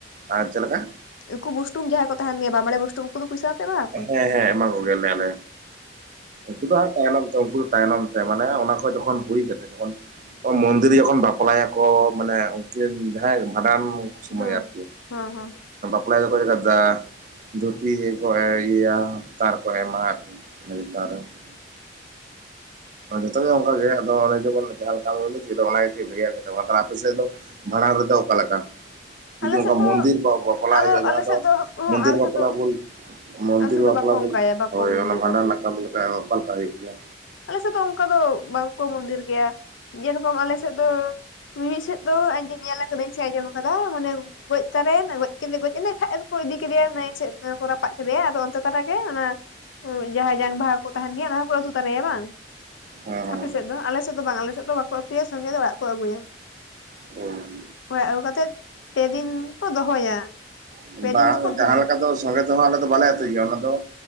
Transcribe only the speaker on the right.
ᱟᱨ ᱪᱮᱫ ᱞᱮᱠᱟ?
ᱦᱮᱸ ᱦᱮᱸ ᱮᱢᱟ ᱠᱚᱜᱮᱭᱟᱞᱮ ᱟᱞᱮ ᱩᱱᱠᱩ ᱫᱚ ᱦᱟᱸᱜ ᱛᱟᱭᱱᱚᱢ ᱛᱮ ᱩᱱᱠᱩ ᱫᱚ ᱛᱟᱭᱱᱚᱢ ᱛᱮ ᱢᱟᱱᱮ ᱚᱱᱟ ᱠᱚ ᱡᱚᱠᱷᱚᱱ ᱦᱩᱭ ᱠᱟᱛᱮᱜ ᱡᱚᱠᱷᱚᱱ ᱢᱚᱱᱫᱤᱨ
ᱡᱚᱠᱷᱚᱱ ᱵᱟᱯᱞᱟᱭ ᱟᱠᱚ ᱢᱟᱱᱮ ᱩᱱᱠᱤᱱ ᱡᱟᱦᱟᱸᱭ ᱵᱷᱟᱸᱰᱟᱱ ᱥᱩᱭᱢᱟᱹᱭ
ᱟᱨᱠᱤ
ᱠᱚᱲᱟᱭ ᱫᱚᱠᱚ <inaudible> ᱫᱷᱩᱛᱤ ᱠᱚ ᱤᱭᱟᱹᱭᱟ ᱪᱮᱛᱟᱱ ᱨᱮᱠᱚ ᱮᱢᱟ ᱟᱨᱠᱤ <unintelligible> ᱡᱚᱛᱚ ᱜᱮ ᱚᱱᱠᱟ ᱜᱮ ᱟᱫᱚ ᱚᱱᱮ ᱡᱮᱢᱚᱱ ᱡᱟᱦᱟᱸ ᱞᱮᱠᱟᱢ ᱞᱟᱹᱭᱚᱪᱚ ᱠᱮᱫᱟ ᱚᱱᱟ ᱠᱟᱴᱤᱡ ᱞᱟᱹᱭᱟᱜ ᱢᱮ ᱛᱟᱦᱞᱮ ᱟᱯᱮ ᱥᱮᱫ ᱫᱚ ᱢᱟᱬᱟᱝ ᱨᱮᱫᱚ ᱚᱠᱟ ᱞᱮᱠᱟ? ᱡᱩᱫᱤ
ᱚᱱᱠᱟ
ᱢᱩᱱᱫᱤᱨ ᱵᱟᱯᱞᱟ
ᱦᱳᱭᱳᱜᱼᱟ ᱡᱟᱦᱟᱸ
ᱫᱚ
ᱢᱚᱱᱫᱤᱨ
ᱵᱟᱯᱞᱟ
ᱵᱚᱱ ᱢᱚᱱᱫᱤᱨ
ᱵᱟᱯᱞᱟ
ᱵᱚᱱ
ᱦᱳᱭ
ᱚᱱᱟ ᱵᱷᱟᱰᱟᱱ
ᱨᱮᱱᱟᱜ
ᱠᱟᱹᱢᱤ ᱞᱮᱠᱟ ᱚᱠᱟ ᱞᱮᱠᱟ ᱦᱩᱭᱩᱜ ᱜᱮᱭᱟ
ᱦᱮᱸ
ᱦᱮᱸ ᱦᱮᱸ
ᱵᱟᱝ
ᱡᱟᱦᱟᱸ
ᱞᱮᱠᱟ ᱫᱚ ᱥᱚᱸᱜᱮ ᱫᱚ ᱦᱟᱸᱜ ᱟᱞᱮ ᱫᱚ ᱵᱟᱞᱮ ᱟᱹᱛᱩᱭ ᱜᱮᱭᱟ ᱚᱱᱟ ᱫᱚ